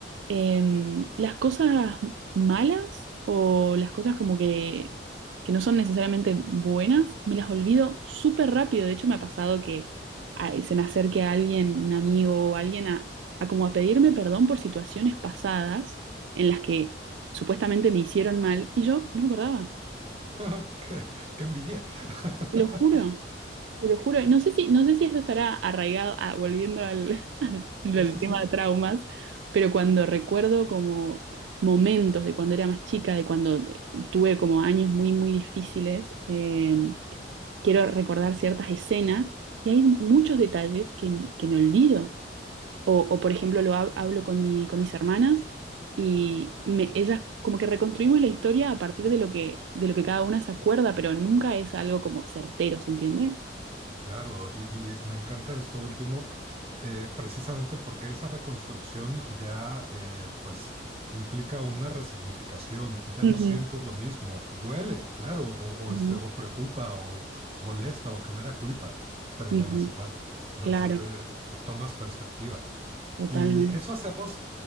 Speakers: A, on the right; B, on the right.
A: em, las cosas malas o las cosas como que, que no son necesariamente buenas, me las olvido súper rápido. De hecho, me ha pasado que ay, se me acerque a alguien, un amigo o alguien, a, a como a pedirme perdón por situaciones pasadas en las que supuestamente me hicieron mal y yo no me acordaba.
B: <laughs> qué qué envidia. <laughs>
A: Te lo juro, te lo juro. Y No sé si, no sé si eso estará arraigado, ah, volviendo al, <laughs> al
B: Sí, sí,
A: tema
B: sí.
A: de traumas, pero cuando recuerdo como momentos de cuando era más chica, de cuando eh, tuve como años muy, muy difíciles, eh, quiero recordar ciertas escenas y hay muchos detalles que, que me olvido. O, o, por ejemplo, lo hab- hablo con mi, con mis hermanas y me- ellas como que reconstruimos la historia a partir de lo que, de lo que cada una se acuerda, pero nunca es algo como certero, ¿se entiende?
B: Claro, y, y me encanta esto último, eh, precisamente porque esa reconstrucción ya eh, pues implica una resignificación, ya
A: Ujú.
B: no sientes lo mismo, duele, claro, o,
A: Ujú.
B: o, este, o preocupa, o molesta, o genera culpa, pero
A: Ujú.
B: ya no es igual. <laughs>
A: Claro,
B: O sea, eh, tomas perspectiva.
A: totalmente.
B: Y eso hacemos,